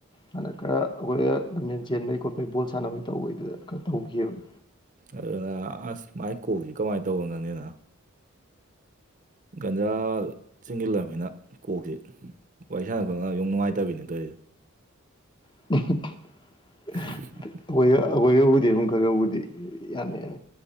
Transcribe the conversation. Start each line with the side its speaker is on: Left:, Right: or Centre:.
Left: ꯍꯟꯗꯛ ꯈꯔ ꯑꯩꯈꯣꯏꯗ ꯂꯝꯖꯦꯟ ꯆꯦꯟꯕꯩ ꯈꯣꯠꯄꯩ ꯕꯣꯜ ꯁꯥꯟꯅꯕꯩ ꯇꯧꯕꯒꯤꯗꯨꯗ ꯈꯔ ꯇꯧꯈꯤꯕꯅꯦ
Right: ꯑꯗꯨꯅ ꯑꯁ ꯃꯥꯏ ꯀꯣꯛꯁꯤ ꯀꯃꯥꯏꯅ ꯇꯧꯕꯅꯣ ꯉꯪꯅꯤꯅ ꯒꯟꯖꯥ ꯆꯤꯡꯁꯤꯜꯂꯝꯅꯤꯅ ꯀꯣꯛꯁꯤ ꯋꯥꯔꯤ ꯁꯥꯟꯅꯕ <inaudible> ꯅꯨꯡꯉꯥꯏꯇꯕꯤꯅꯦ ꯇꯧꯔꯤꯁꯦ
Left: <inaudible>
Right: <unintelligible>
Left: ꯑꯩꯈꯣꯏꯒ ꯑꯩꯈꯣꯏꯒꯕꯨꯗꯤ ꯈꯔ ꯈꯔꯕꯨꯗꯤ ꯌꯥꯅꯤ ꯌꯥꯅꯤ